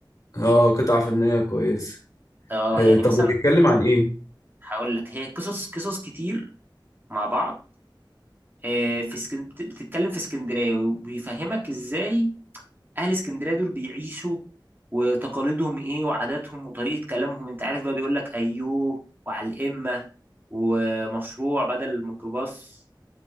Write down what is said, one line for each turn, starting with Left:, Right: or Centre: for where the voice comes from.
Left: اه قطعه فنيه كويسه
Right: اه
Left: آه
Right: يعني
Left: طب
Right: مثلا
Left: بيتكلم عن ايه
Right: هقول لك هي قصص قصص كتير مع بعض آه، في اسكن... بت- بتتكلم في اسكندرية وبيفهمك ازاي اهل اسكندريه دول بيعيشوا وتقاليدهم ايه وعاداتهم وطريقه كلامهم انت عارف بقى بيقول لك ايوه وعلى الامه ومشروع بدل الميكروباص